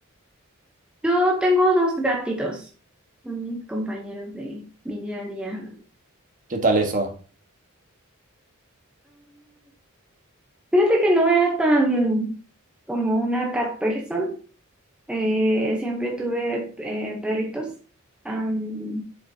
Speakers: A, in the centre; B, on the right.
A: Yo tengo dos gatitos, son mis compañeros de mi día a día.
B: ¿Qué tal eso?
A: Fíjate que no era tan como una cat person. Eh, siempre tuve eh, perritos. Am,